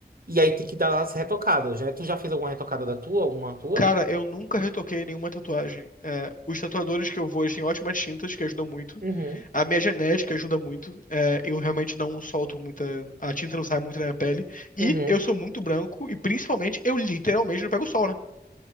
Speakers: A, on the right; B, on the left.
A: E aí tem que dar as retocadas, né? Tu já fez alguma retocada da tua, alguma tua?
B: Cara, eu nunca retoquei nenhuma tatuagem. É, os tatuadores que eu vou, eles têm ótimas tintas que ajudam muito.
A: Uhum,
B: A minha genética ajuda muito. É, eu realmente não solto muita. A tinta não sai muito na minha pele. E
A: uhum.
B: eu sou muito branco. E principalmente, eu literalmente não pego sol, né?